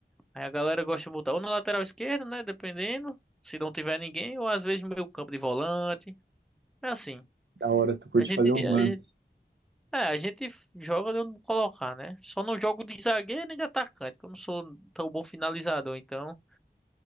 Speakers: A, in the centre; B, on the right.
A: Aí a galera gosta de botar ou na lateral esquerda, né? Dependendo. Se não tiver ninguém, ou às vezes no meio campo de volante. É assim.
B: da hora. Tu curte
A: A gente,
B: fazer uns
A: a
B: lances.
A: gente, é, a gente joga de onde colocar, né? Só não jogo de zagueiro nem de atacante, que eu não sou tão bom finalizador, então.